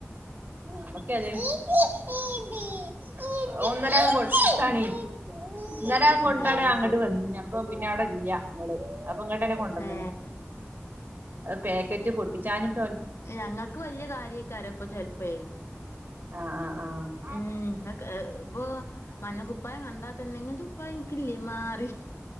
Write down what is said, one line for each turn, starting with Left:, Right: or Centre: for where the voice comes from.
Right: നമ്മക്ക അതെ <inaudible> മ <unintelligible> ഒന്നരം കൊട്ടണ ഒന്നരം ഇന്നലെ കൊണ്ടാണ്
Left: ഏ അത്
Right: അങ്ങോട്ട്
Left: ശരി
Right: വന്ന അപ്പ പിന്നെ അവിടെ ഇല്ല നിങ്ങള് അപ്പൊ ഇങ്ങട്ടന്നെ കൊണ്ടുവന്നന്നെ
Left: ഏ
Right: പാക്കറ്റ് പൊട്ടിച്ചഞ്ഞിട്ട്
Left: ഞങ്ങൾക്ക് വലിയ കാര്യക്കാരേ ഇപ്പൊ ചെൽപ്പേ
Right: ആഹ ആഹ് ആഹ
Left: ഉം ഇ ക ബോ മഞ്ഞ കുുപ്പായം കണ്ടാത്ത തന്നെ ഇങ്ങൻന്നെ കുപ്പായ എനിക്കില്ലേ മ്മാറിയും